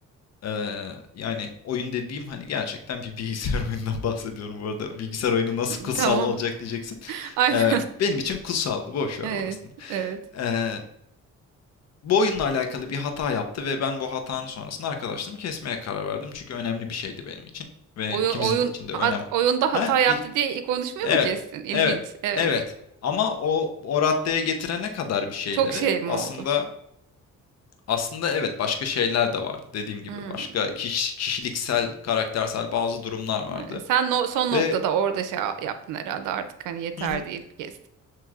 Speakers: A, on the left (about 60°); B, on the right (about 85°).
A: Ee, yani oyun dediğim hani gerçekten bir bilgisayar <laughs> oyunundan bahsediyorum bu arada. Bilgisayar oyunu nasıl
B: <laughs>
A: kutsal
B: Tamam.
A: olacak diyeceksin.
B: <laughs> Aynen.
A: Ee, benim için kutsaldı. Boş ver
B: Evet,
A: orasını.
B: evet.
A: Ee, bu oyunla alakalı bir hata yaptı ve ben bu hatanın sonrasında arkadaşlığımı kesmeye karar verdim. Çünkü önemli bir şeydi benim için. Ve
B: Oyun
A: ikimizin
B: oyun
A: için de
B: at-
A: önem...
B: oyunda hata
A: Ha?
B: yaptı diye konuşmuyor
A: Evet,
B: mu kestin? İlginç.
A: evet,
B: Evet.
A: evet. Ama o o raddeye getirene kadar bir şeyleri
B: Çok şey mi
A: aslında
B: oldu?
A: aslında evet başka şeyler de vardı dediğim gibi
B: Hmm.
A: başka kiş- kişiliksel karaktersel bazı durumlar vardı
B: Yani sen no- son noktada
A: ve
B: orada şey yaptın herhalde artık hani yeter
A: hı hı,
B: deyip kestin.